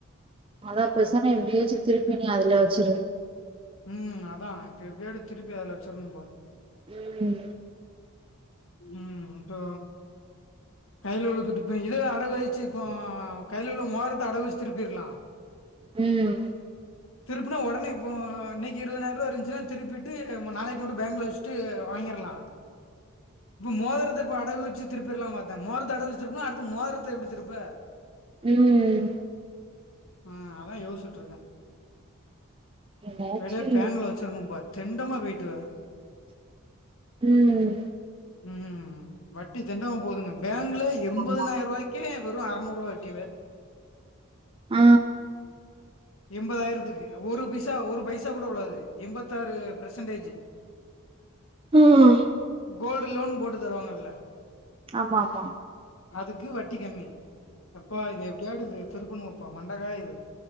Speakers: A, on the right; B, on the left.
A: அதா பெசான எப்டியாச்சு திருப்பி நீ அதுல வச்சிரு
B: ம் அதா இப்ப எப்டியாவது திருப்பி அதுல வச்சிடணுபா
A: ம்
B: ம் இப்போ கையில உள்ள துட்டுப்பே இத அடகு வச்சு இப்போ கைய்ல உள்ள இருக்குற மோதரத்த அடகு வச்சு திருப்பிருக்லா
A: ம்
B: திருப்புனா ஒடனே இப்போ இன்னைக்கு இருபதுநாயிரரூவா இருந்துச்சுனா திருப்பிட்டு நாளைக்கு கொண்டு பேங்க்ல வச்சுட்டு வாங்கியார்லா இப்ப மோதரத்த இப்ப அடகு வச்சு திருப்பிற்ல்லா பாத்தே மோதரத்த அடகு வச்ச திருப்புனா அடுத்து மோதரத்த எப்டி திருப்ப
A: ம்
B: அ அதா யோசிட்டுருக்கே
A: என்னாச்சு
B: ஒரெடியா பேங்ல வச்சிருன்னும்போல தெண்டமா பொய்டுவர
A: ம்
B: ம்ம் வட்டி தெண்டமா போதுங்க பேங்ல எண்பதாயிரோ
A: ம்
B: ருவாய்க்கே வெறு அறநூறு ருவா வட்டி வே
A: அ
B: எண்பதாயிரத்துக்கு ஒரு பைசா ஒரு பைசா கூட உளாது எண்பத்தாறு பெர்சன்டேஜ்
A: ம்
B: கோல்டு லோன் போட்டு தருவாங்கல்ல
A: ஆமா ஆமா
B: அதுக்கு வட்டி கம்மி யப்பா இது எப்டியாடு இது திருப்புணுனப்பா மண்டகாயிது